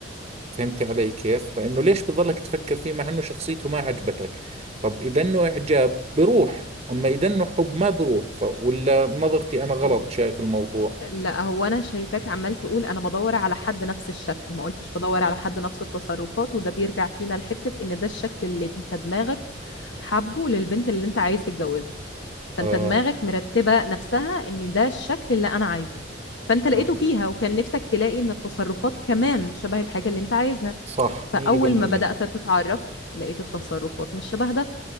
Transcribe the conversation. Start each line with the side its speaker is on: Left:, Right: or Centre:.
Right: فهمتي علي كيف؟ فإنه ليش بضلك تفكر فيه مع إنه شخصيته ما عجبتك؟ طب إذا إنه إعجاب بروح، أما إذا إنه حب ما بروح، ف... ولا نظرتي أنا غلط
Left: و-
Right: شايف الموضوع؟
Left: لا هو انا شايفاك عمال تقول انا بدور على حد نفس الشكل ما قلتش بدور على حد نفس التصرفات وده بيرجع فينا لحتة ان ده الشكل اللي انت دماغك حبه للبنت اللي انت عايز تتجوزها فانت
Right: آه
Left: دماغك مرتبه نفسها ان ده الشكل اللي انا عايزه فانت لقيته
Right: آه
Left: فيها وكان نفسك تلاقي ان التصرفات كمان شبه الحاجه اللي انت عايزها
Right: صح
Left: فاول
Right: 100%
Left: ما بدات تتعرف لقيت التصرفات مش شبه ده